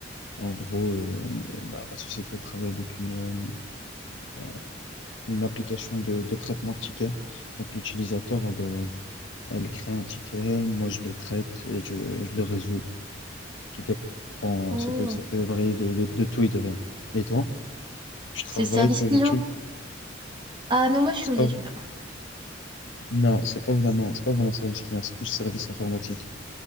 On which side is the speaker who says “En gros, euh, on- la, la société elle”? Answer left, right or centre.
Left